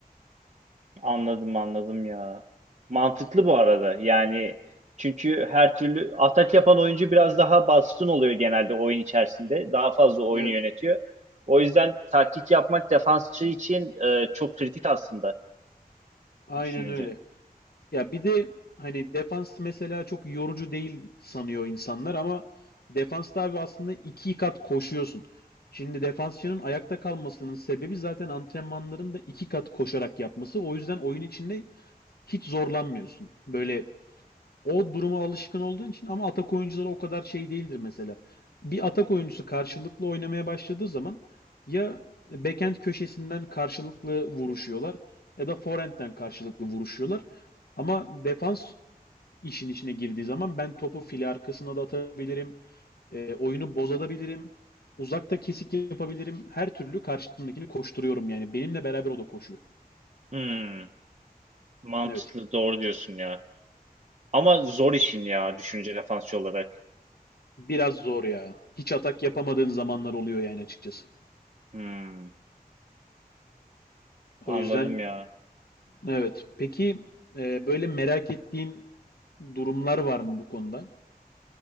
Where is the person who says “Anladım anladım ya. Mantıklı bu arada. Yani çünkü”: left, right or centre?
Right